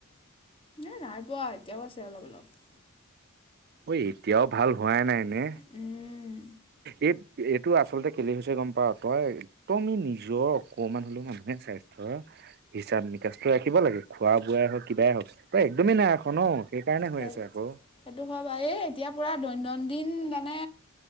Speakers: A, on the left; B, on the right.
A: এ নাই পোৱা এতিয়াও আছে অলপ অলপ।
B: ঐ এতিয়াও ভাল হোৱাই নাই নে
A: উম,
B: এই এ টো আচলতে কেলেই হৈছে গম পা তই। তইনো নিজৰ অকমান হলেও মানুহে স্বাস্থ্যৰ হিচাপ নিকাচ ৰা থাকিব লাগে খোৱা বোৱাই হওক কিবাই হওক তই একদমেই নাৰাখ ন সেইকাৰণে হৈ
A: সেই
B: আছে আকৌ।
A: সেইটো হয় বাৰু এই এতিয়া পুৰা দৈনন্দিন মানে